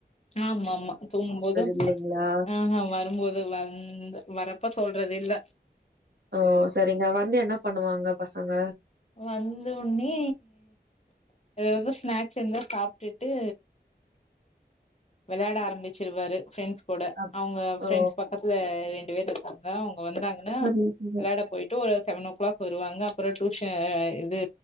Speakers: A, on the left; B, on the right.
A: ஆமாமா தூங்கும் போது
B: இல்லைங்களா
A: ஆ ஹா வரும்போது வ ம் வரப்ப சொல்றதே இல்ல
B: ஓ சரிங்க வந்து என்ன பண்ணுவாங்க பசங்க
A: வந்தொன்னே எதாவது ஸ்நாக்ஸ் இருந்தா சாப்ட்டுட்டு வெளயாட ஆரம்பிச்சிருவாரு ஃப்ரெண்ட்ஸ் கூட
B: அப்
A: அவங்க ஃபிரெண்ட்ஸ்
B: ஓ
A: பக்கத்துல ரெண்டு பேர் இருக்காங்க அவங்க வந்தாங்கனா
B: சரி, சரி.
A: வெளாட போயிட் டு ஒரு செவன் ஓ கிளாக் வருவாங்க அப்பற டூசன் ஆ இது